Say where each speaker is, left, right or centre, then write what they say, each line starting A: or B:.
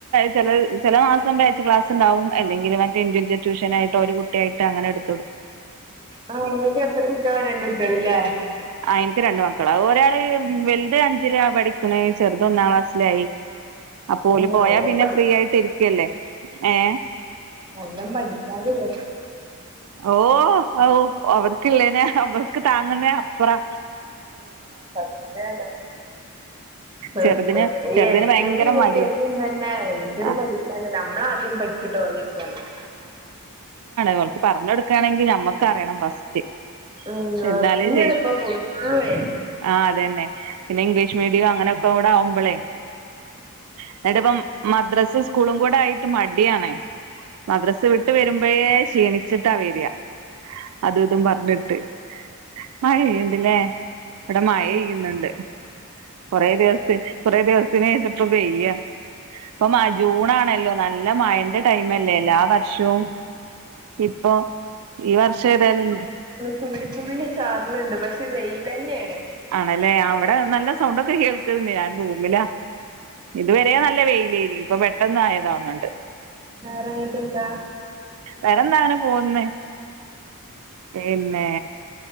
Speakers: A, on the right; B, on the right.
A: ച ചില മാസം ക്ലാസ് ഉണ്ടാവും അല്ലെങ്കിൽ മറ്റ് ഇൻഡിവിജ്വൽ ട്യൂഷൻആയിട്ട കുട്ട യിട്ട് അങ്ങനെടു
B: ആ ങ്ങക്ക് എത്ര കുട്ടികള രണ്ട് <unintelligible>
A: ആ എനിക്ക് രണ്ടു മക്കളാ ഒരാൾ വലുത അഞ്ചില പഠിക്കണ ചെറുത് ഒന്നാം ക്ലാസ്സിലായി അ പോല
B: ഉം നല്ലോം
A: പോയാ പിന്നെ ഫ്രീ ആയിട്ട് ഇരിക്കല്ലേ ഏഹ
B: നല്ലം പഠിക്കാനില്ല
A: ഓ ഓ അവർക്കല്ലേന അവർക്ക് താങ്ങുന്നേ അപ്പറാ
B: സത്യാണ് ഇ
A: ചെറുതിന്
B: ഈ
A: ചെറുതിന്
B: എൽ
A: ഭയങ്കര
B: കെ ജിയും യു
A: മടിയാ
B: കെ ജിയും തന്നെ എന്തൊരു
A: ആ
B: പഠിക്കാണ്ട് നമ്മൾ ആദ്യം പഠിച്ചിട്ട് ഓലെ ഇരുത്തണം
A: അവർക്ക് പറഞ്ഞടുക്കാണെങ്കിൽ ഞമ്മക്ക് അറിയണം ഫസ്റ്റ്
B: ഉം
A: എന്നാലും
B: അസ്മിയാണ് ഇപ്പൊ ഫുള്ളുവേ
A: ആ അതന്നെ പിന്നെ ഇംഗ്ലീഷ് മീഡിയം അങ്ങനെ കോട ഒമ്പളെ എന്നിട്ട് ഇപ്പം മദ്രസും സ്കൂളും കൂടെ ആയി ട്ട് മടിയാണ് മദ്രസ് വിട്ട് വരുമ്പോ ക്ഷീണിച്ചിട്ടാ വരാ അതും ഇതും പറഞ്ഞിട്ട് മഴെപെയ്യ്ണ്ട് ല്ലേ ഇവിടെ മഴെയ്യുന്നുണ്ട് കുറേ ദിവസത്തി കൊറേ ദിവസത്തിനു ശേഷം പ്പോ പെയ്യാ ഇപ്പം ജൂൺ ആ ണല്ലോ നല്ല ല്ല മഴന്റെ ടൈമല്ലേ എല്ലാ വർഷവും ഇപ്പൊ ഈ വർഷം ഏതായാലും
B: തുള്ളിത്തുള്ളി ചാറിലുണ്ട് പക്ഷെ വെയിൽ തന്നെയാണ്
A: ആണല്ലേ അവിടെ നല്ല സൗണ്ടൊക്കെ കേൾക്ക്ണ്ട് ഞാൻ റൂമിലാ ഇതുവരെ നല്ല വെയിലെയിനി ഇപ്പ പെ പെട്ടൊന്നായതാ തോണ് ഇണ്ട്
B: വേറെങ്ങെട്ട് എന്താ
A: വേറെന്താ അങ്ങനെ പോവ്ന്ന് പിന്നെ